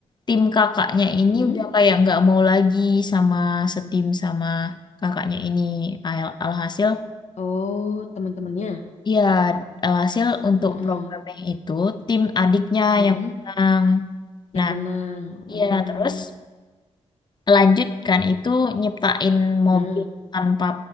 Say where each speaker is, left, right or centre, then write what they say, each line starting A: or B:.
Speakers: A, on the left; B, on the left.
A: tim kakaknya ini
B: mm-mm.
A: udah kayak nggak mau lagi sama setim sama kakaknya ini. Al- alhasil
B: Oh, teman-temannya.
A: Iya, eh, hasil untuk
B: Mm-mm,
A: programnya itu tim adiknya
B: mm-mm.
A: yang menang.
B: Yang
A: Nah,
B: menang.
A: iya
B: Mm,
A: terus lanjutkan itu nyiptain mobil
B: mm-mm,
A: tanpa